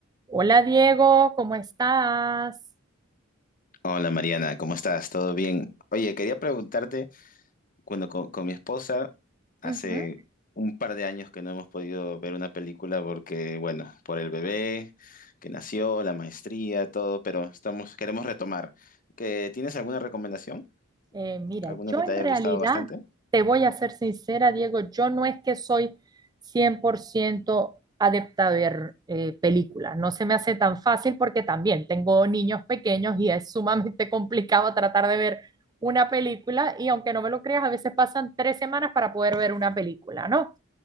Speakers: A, on the right; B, on the left.
A: Hola Diego, ¿cómo estás?
B: Hola Mariana, ¿cómo estás? ¿Todo bien? Oye, quería preguntarte, cuando con, con mi esposa, hace
A: Ujú.
B: un par de años que no hemos podido ver una película porque, bueno, por el bebé que nació, la maestría, todo, pero estamos, queremos retomar. ¿Que tienes alguna recomendación?
A: Eh, mira,
B: ¿Alguna
A: yo
B: que
A: en
B: te haya
A: realidad,
B: gustado bastante?
A: te voy a ser sincera, Diego, yo no es que soy 100% adepta a ver eh, películas, no se me hace tan fácil porque también tengo niños pequeños y es sumamente <laughs> complicado tratar de ver una película y aunque no me lo creas, a veces pasan tres semanas para poder ver una película, ¿no?